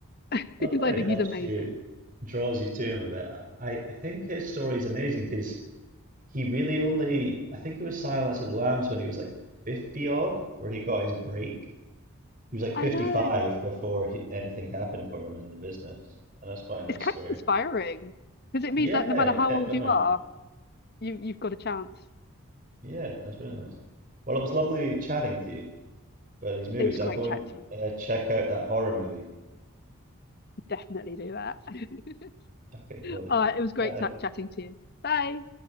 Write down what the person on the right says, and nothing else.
That
probably
helps
you, draws you to him a bit. I, I I think his story is amazing because he really only, I think it was Silence of the Lambs when he was like 50 odd, where he got his break. He was like
55
before he, anything happened for him in the business. And that's quite a nice
story.
Yeah,
he
kept
going.
Yeah, that's really nice. Well, it was lovely chatting to you about these movies.
I'll
go and
uh, check out that horror movie.
Okay, will do.
Bye then.